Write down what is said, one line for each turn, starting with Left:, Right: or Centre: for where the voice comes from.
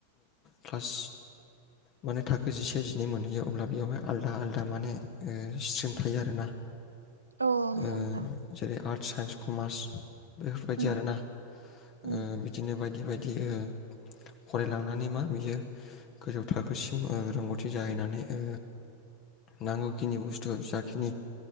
Left: क्लास माने थाखो जिसे जिनै मोनहैयो अब्ला बेयावहाय आलादा आलदा माने ओ स्ट्रिम थायो आरोना
Right: औ नंगौ
Left: ओ
Right: नोंथां
Left: जेरै आर्ट साइन्स कमार्स बेफोरबायदि
Right: उम
Left: आरोना
Right: उम
Left: ओ बिदिनो बायदि। बिदि बायदि फरायलांनानै मा बियो गोजौ थाखोसिम ओ रोंगौथि जाहैनानै ओ नांगौखिनि बुस्थु जाखिनि